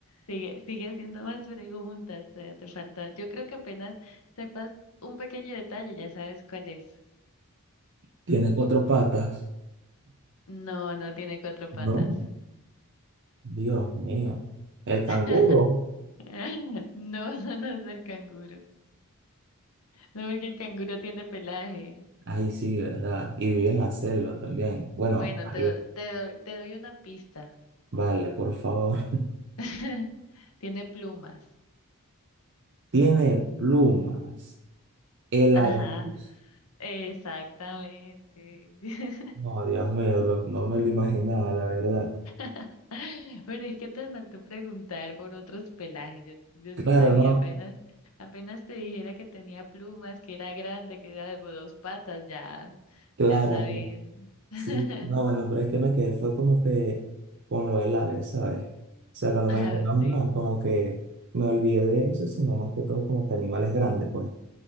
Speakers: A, on the left; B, on the right.
A: Sigue, sigue haciendo más preguntas, todavía te falta. Yo creo que apenas sepas un pequeño detalle, ya sabes cuál es.
B: Tiene cuatro patas.
A: No, no tiene cuatro patas.
B: No, Dios mío. El canguro.
A: <laughs> No, no, no es el canguro. No, porque el canguro tiene pelaje.
B: Ay, sí, ¿verdad? Y vive en la selva también. Bueno,
A: Bueno,
B: ahí,
A: te, do- te doy, te doy una pista.
B: vale, por favor. <laughs>
A: <laughs> Tiene plumas.
B: Tiene plumas. El
A: Ajá,
B: avestruz.
A: exactamente.
B: No, Dios mío, lo- no me lo imaginaba, la verdad.
A: <laughs> Pero es que te faltó preguntar por otros pelajes. Yo, yo
B: Claro,
A: sí sabía,
B: no,
A: apenas, apenas te dijera que tenía plumas, que era grande, que era de dos patas, ya,
B: claro,
A: ya sabía.
B: pero-
A: <laughs>
B: sí. No, bueno, pero es que me quedé, fue como que con lo del ave, ¿sabes? O sea, cuando
A: Ah,
B: me dijeron,
A: sí,
B: no, no, como que me olvidé de eso, sino más que todo como que animales grandes, pues.